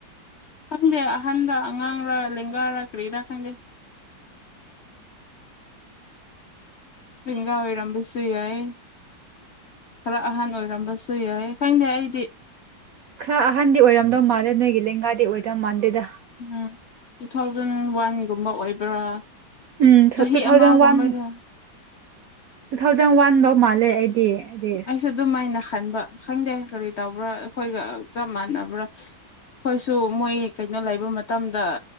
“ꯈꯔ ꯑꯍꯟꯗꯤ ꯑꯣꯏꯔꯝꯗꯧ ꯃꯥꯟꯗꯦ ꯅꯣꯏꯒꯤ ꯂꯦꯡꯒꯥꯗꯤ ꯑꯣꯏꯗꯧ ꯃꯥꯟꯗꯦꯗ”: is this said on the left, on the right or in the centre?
Right